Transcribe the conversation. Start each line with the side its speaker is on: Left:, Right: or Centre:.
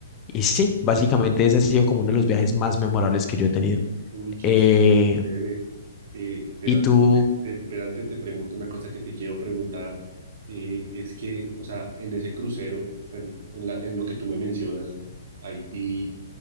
Left: y sí, básicamente ese ha sido como uno de los viajes más memorables que yo he tenido.
Right: Uy, qué
Left: Eh,
Right: chévere. chévere. Eh, espérate,
Left: y tú,
Right: te- espérate, te pregunto una cosa que te quiero preguntar. Eh, es que, o sea, en ese crucero, bueno, en la, en lo que tú me mencionas, Haití,